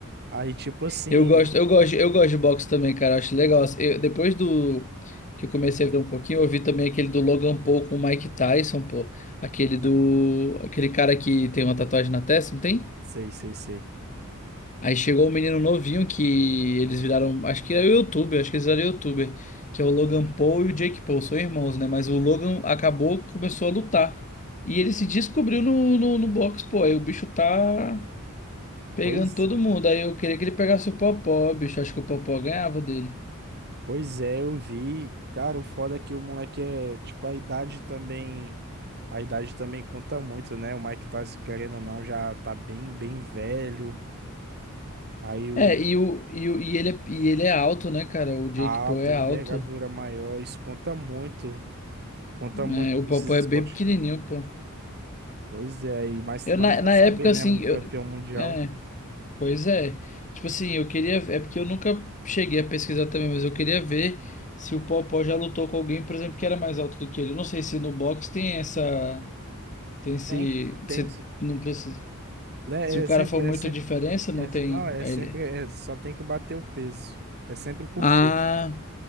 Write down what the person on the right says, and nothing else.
Aí, tipo assim,
sei, sei, sei.
Pois,
pois é, eu vi. Cara, o foda é que o moleque é, tipo, a idade também, a idade também conta muito, né? O Mike Tyson, querendo ou não, já tá bem, bem velho. Aí o
a alta,
a envergadura
maior, isso conta muito, conta
muito
pra
esses
esportes.
Pois é, aí, mas,
mas
vai
saber,
né?
Um
campeão mundial.
Tem. Tem
Né?
É
sempre,
é
sempre,
é-
não, é
sempre,
é- só tem que bater o peso. É sempre por
peso.